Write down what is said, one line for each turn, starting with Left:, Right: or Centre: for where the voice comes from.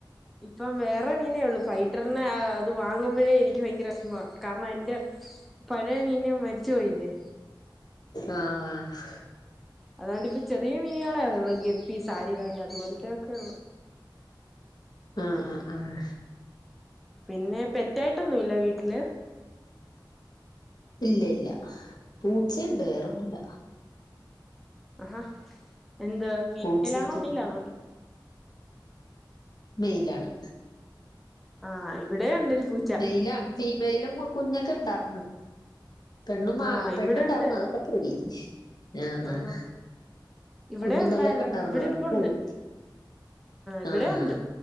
Centre: ഇപ്പം വേറെ മീനേ ഒള്ളു ഫൈറ്ററിനെ അത് വാങ്ങുമ്പഴേ എനിക്ക് ഭയങ്കര വെഷമാ കാരണം എന്റെ പഴയ മീന് മരിച്ച് പോയില്ലേ
Left: ആഹ്
Centre: അതൊണ്ട് ഇപ്പം ചെറിയ മിന്കളേള്ളൂ ഗപ്പി സാരി വാല അത്പൊലത്തെ ഒക്കെ ഒള്ളൂ
Left: ആഹ് ആഹ് ആഹ് ആഹ്
Centre: പിന്നെ പെറ്റായിട്ടൊന്നും ഇല്ലെ വീട്ടില്
Left: ഇല്ല ഇല്ല പൂച്ചേണ്ട് വേറൊന്നുല്ല
Centre: ആഹാ എന്ത് ഫീമൈലാണോ
Left: പൂച്ചക്ക്
Centre: മൈലാണോ
Left: മൈലാണ്
Centre: ആഹ് ഇവടെ ഒണ്ടൊരു പൂ
Left: മൈലാണ് ഫീമൈലും കുഞ്ഞൊക്കെ ഇണ്ടാർന്നു പെണ്ണും മാ
Centre: ആഹ്
Left: പെണ്ണ്‌ണ്ടാർന്നൂ
Centre: ഇവിടെ ഉണ്ട്
Left: അതൊക്കെ പോയി ആഹ്
Centre: ആഹാ
Left: ആഹ്
Centre: ഇവിടെ
Left: കുഞ്ഞും
Centre: ഉണ്ടായിരുന്നു
Left: തള്ളയൊക്കെ ഇണ്ടാർന്നു
Centre: ഇവിടെ
Left: അതൊക്കെ
Centre: ഇപ്പ
Left: പോയി
Centre: ഉണ്ട് ഇവിടെ
Left: ആഹ്
Centre: ഉണ്ട്